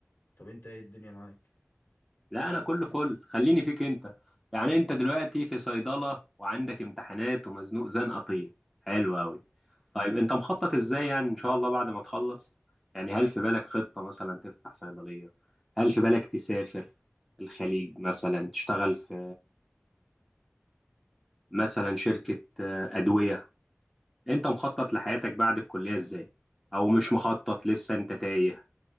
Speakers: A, on the left (about 60°); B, in the centre.
A: طب انت ايه الدنيا معاك
B: لا انا كله فل خليني فيك انت يعني انت دلوقتي في صيدله وعندك امتحانات ومزنوق زنقه طين حلو قوي طيب انت مخطط ازاي يعني ان شاء الله بعد ما تخلص يعني هل في بالك خطه مثلا تفتح صيدليه هل في بالك تسافر الخليج مثلا تشتغل في مثلا شركه آه، ادويه انت مخطط لحياتك بعد الكليه ازاي او مش مخطط لسه انت تايه